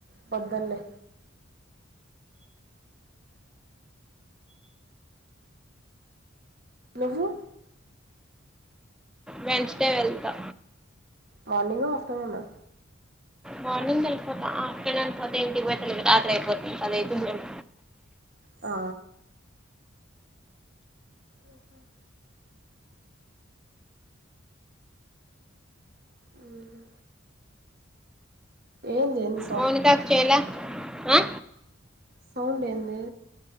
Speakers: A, on the right (about 50°); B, in the centre.
A: పొద్దున్నే నువ్వు
B: వెన్స్ డే వెళ్తా
A: మార్నింగ్ గా ఆఫ్టర్నూన్ ఆ
B: మార్నింగ్ వెళ్ళిపోతా ఆఫ్టర్నూన్ పోతే ఇంటికి పోయే తలికి రాత్రి అయిపోతుంది పది అయితుందేమో
A: ఆ ఉమ్ అవును ఏంది ఎన్
B: మౌనికాకి చెయ్ లా ఆ
A: సౌండ్ ఏంది